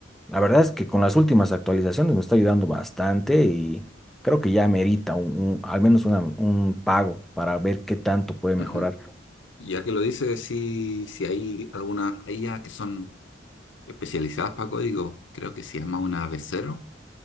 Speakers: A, in the centre; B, on the left.
A: la verdad es que con las últimas actualizaciones me está ayudando bastante y creo que ya merita un, un- al menos una- un pago para ver qué tanto puede mejorar.
B: Ujú. Ya que lo dices, sí, si hay algunas IA que son especializadas para código, creo que se llama una v cero